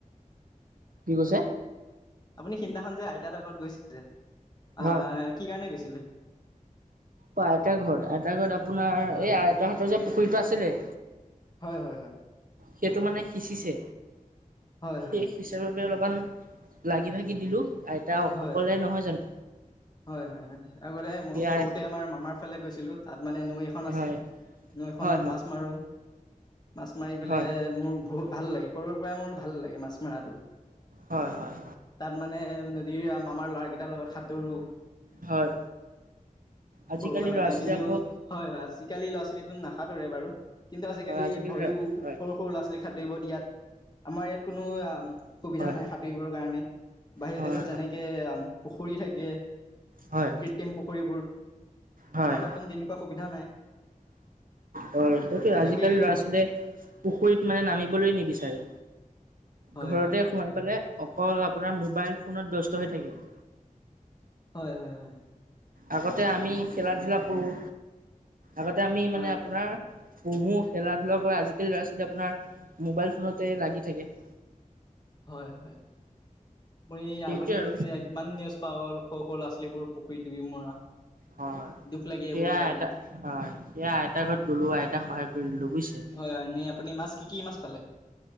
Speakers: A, on the right; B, on the left.
A: কি কৈছে <inaudible>
B: আপুনি সিদিনাখনন যে আইতা এটা ঘৰত গৈছিল যে আহ
A: হয়
B: কি কাৰনেে গৈছিলে <inaudible>
A: অ আইতা ঘৰত আইতা ঘৰত আপোনাৰ
B: হয়
A: এই আইত হাতৰ যে পুখুৰীতটো আছিলে
B: হয় হয় হয়
A: সেইটো মানে সিঁচিছে
B: হয়
A: সেই
B: হয় হয়
A: সিঁচাৰ বাবে অলপমান লাগি ভাগি দিলো আইতা
B: হয়
A: অকলে
B: হয়
A: নহয় জানো
B: হয় হয় হয় আগতে ময়ো
A: সি
B: সৰুতে
A: আই
B: আমাৰ মামাৰ ফালে গৈছিলোঁ তাত মানে নৈ এখন আছে
A: হয়
B: নৈখনত
A: হয় হয়
B: মাছ মাৰো মাছ মাৰি পেলাই
A: হয়
B: মোৰ ভাল লাগে সৰুৰ পৰাই মোৰ ভাল লাগে মাছ মৰাটো
A: হয় হয়
B: তাত মানে আমাৰ ল'ৰাৰাকেইটাৰ লগত সাঁতোৰো
A: হয় আজিকালি
B: সৰু কালতে
A: ল'ৰা ছোৱালী
B: কিন্তু
A: আকৌ
B: হয় হয় আজিকালি ল'ৰা ছোৱালী নাখাতোৰে বাৰু কিন্তু আজিকালি
A: হয়
B: ভয়ো
A: ল'ৰা হয়
B: সৰু সৰু ল'ৰা ছোৱালী খতুৰিব দিয়াত আমাৰ ইয়াত কোনো অ সুবিধা
A: হয়
B: নাই সাঁতুৰিবৰ কাৰণে বাহিৰৰ
A: হয়
B: দেশত যেনেকে
A: হয়
B: পুখুৰী থাকে
A: হয়
B: কৃত্ৰিম পুখুৰীবোৰ
A: হয়
B: আমাৰ তাতো তেনেকুৱা সুবিধা নাই <inaudible>
A: হয় সেইটোয়ে
B: এনেকেই
A: আজিকালি ল'ৰা
B: বহুত
A: ছোৱালীয়ে পুখুৰীত মানে নামিবলৈ নিবিচাৰে
B: হয়
A: ঘৰতে
B: হয় হয়
A: সোমাই পেলাই অকল আপোনাৰ মোবাইল ফোনত ব্যস্ত হৈ থাকে <inaudible>
B: হয় হয় হয়
A: আগতে আমি খেলা ধূলা কৰোঁ আগতে আমি
B: হয়
A: মানে আপোনাৰ
B: হয়
A: পুহু খেলা ধূলা কৰা আজিকালি ল'ৰা ছোৱালী আপোনাৰ মোবাইল ফোনতে লাগি থাকে <inaudible>
B: হয় হয় আপুনি
A: সেইটোৱে
B: আগতেতো
A: আৰু হয়
B: কিমান নিউজ পাওঁ সৰু সৰু ল'ৰা ছালীবোৰ পুখুৰী দুবি মৰা
A: হয় হয়
B: দুখ লাগে
A: সেয়া
B: এইবোৰ চাই
A: আইতা
B: পেলাই
A: হয় সেয়া আইতাৰ ঘৰত গ'লো আইতাক সহায় কৰি দিলৈ বুজিছে
B: হয় হয় এনেই আপুনি মাছ কি কি মাছ পালে